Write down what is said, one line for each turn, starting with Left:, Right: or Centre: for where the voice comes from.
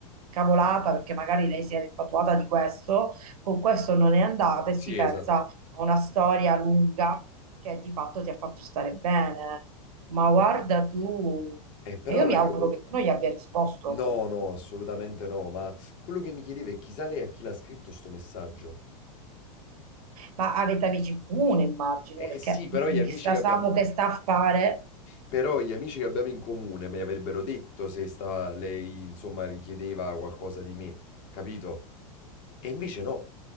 Right: cavolata, perché magari lei si era infatuata di questo, con questo non è andata e
Left: Sì,
Right: si pensa
Left: esatto.
Right: a una storia lunga che di fatto ti ha fatto stare bene. Ma guarda tu,
Left: Eh, però
Right: e io
Left: la
Right: mi auguro
Left: io... quello-
Right: che tu non gli abbia risposto,
Left: No, no, assolutamente no, ma quello che mi chiedevo è chissà lei a chi l'ha scritto sto messaggio.
Right: ma avete amici in comune, immagino,
Left: Eh
Right: perché
Left: sì, però
Right: mm,
Left: gli amici
Right: chissà
Left: che abbiamo...
Right: Samu che sta a fare
Left: Però gli amici che abbiamo in comune mi avrebbero detto se stava, lei, insomma, richiedeva qualcosa di me, capito? E invece no.